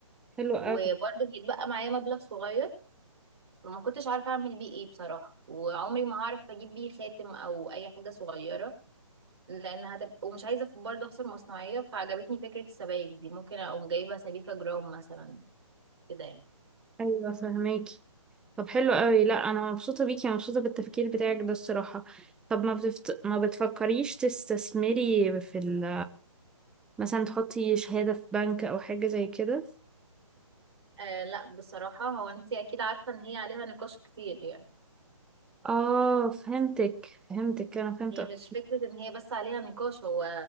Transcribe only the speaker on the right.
وبرضه
هيتبقى معايا مبلغ صغير وما كنتش عارفة اعمل بيه ايه بصراحة وعمري ما هعرف اجيب بيه خاتم او اي حاجة صغيرة لان هتبقى ومش عايزة في- برضه اخسر مصنعية فعجبتني فكرة السبائك دي ممكن اقوم جايبة سبيكة جرام مثلا كده يعني
آه لا بصراحة هو انت اكيد عارفة ان هي عليها نقاش كتير يعني
هي
مش فكرة ان هي بس عليها نقاش هو